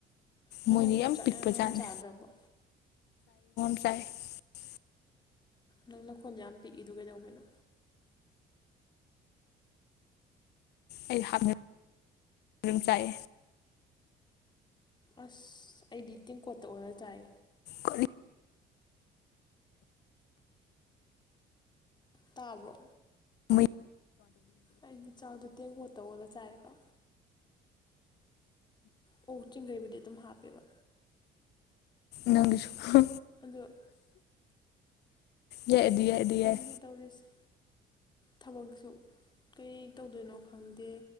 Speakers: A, on the left; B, on the left.
A: ꯍꯣꯏꯅ
B: ꯃꯣꯏꯗꯤ ꯌꯥꯝ ꯄꯤꯛꯄ
A: ꯌꯥꯝ
B: ꯖꯥꯠꯅꯦ
A: ꯆꯥꯗ꯭ꯔꯕꯣ
B: <unintelligible>
A: ꯅꯪꯅꯈꯣꯟ ꯌꯥꯝ ꯄꯤꯛꯏꯗꯨ ꯀꯩꯗꯧꯕꯅꯣ
B: ꯑꯩ ꯍꯥꯞ ꯑꯗꯨꯝ ꯆꯥꯏꯑꯦ
A: ꯑꯁ ꯑꯩꯗꯤ ꯇꯦꯡꯀꯣꯠꯇ ꯑꯣꯏꯔ ꯆꯥꯏ
B: ꯀꯅꯤ
A: ꯇꯥꯕ꯭ꯔꯣ
B: ꯃꯣꯏ
A: ꯑꯩꯒꯤ ꯆꯥꯛꯗꯣ ꯇꯦꯡꯒꯣꯠꯇ ꯑꯣꯜꯂ ꯆꯥꯏꯌꯦꯕ ꯑꯣ ꯆꯤꯡꯒꯩꯕꯨꯗꯤ ꯑꯗꯨꯝ ꯍꯥꯞꯄꯦꯕ
B: ꯅꯪꯁꯨ
A: ꯎ
B: ꯌꯥꯏ ꯑꯗꯨ ꯌꯥꯏ ꯑꯗꯨ
A: ꯐꯪꯗꯤ
B: ꯌꯥꯏ
A: ꯇꯧꯔꯤꯁ ꯊꯕꯛꯁꯨ ꯀꯔꯤ ꯇꯧꯗꯣꯏꯅꯣ ꯈꯪꯗꯦ